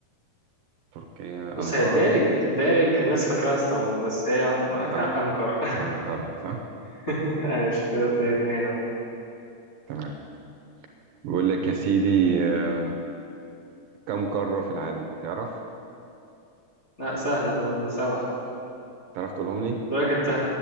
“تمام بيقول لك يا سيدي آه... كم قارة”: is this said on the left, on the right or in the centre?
Right